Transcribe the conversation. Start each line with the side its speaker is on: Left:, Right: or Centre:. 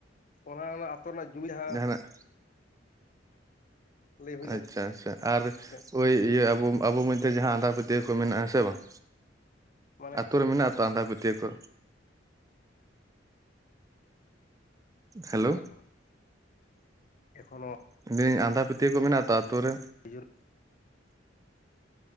Left: ᱚᱱᱟ ᱚᱱᱟ ᱟ ᱟᱹᱛᱩ ᱨᱮᱱᱟᱜ ᱡᱩᱢᱤᱫ ᱡᱟᱦᱟᱸ
Right: ᱡᱟᱦᱟᱱᱟᱜ
Left: ᱞᱟᱹᱭ ᱦᱩᱭ ᱞᱮᱱ
Right: ᱟᱪᱪᱷᱟ ᱟᱪᱪᱷᱟ ᱟᱨ
Left: ᱛᱟᱦᱮᱸᱫ
Right: ᱳᱭ ᱤᱭᱟᱹ ᱟᱵᱚ ᱟᱵᱚ
Left: ᱥᱮ
Right: ᱢᱚᱫᱫᱷᱮ ᱡᱟᱦᱟᱸ ᱟᱸᱫᱷᱟ ᱯᱟᱹᱛᱟᱹ <unintelligible> ᱠᱚ ᱢᱮᱱᱟᱜᱼᱟᱸ ᱥᱮ ᱵᱟᱝ
Left: ᱢᱟᱱᱮ
Right: ᱟᱛᱩ ᱨᱮ ᱢᱮᱱᱟᱜ-ᱟ ᱛᱚ ᱟᱸᱫᱷᱟ ᱯᱟᱹᱛᱭᱟᱹᱣ ᱠᱚ? ᱦᱮᱞᱳ
Left: ᱚᱱᱟ <unintelligible> ᱮᱠᱷᱚᱱᱚ
Right: <unintelligible> ᱟᱸᱫᱷᱟ ᱯᱟᱹᱛᱭᱟᱹᱣ ᱠᱚ ᱢᱮᱱᱟᱜ ᱛᱚ ᱟᱛᱳ ᱨᱮ?
Left: ᱡᱳᱨ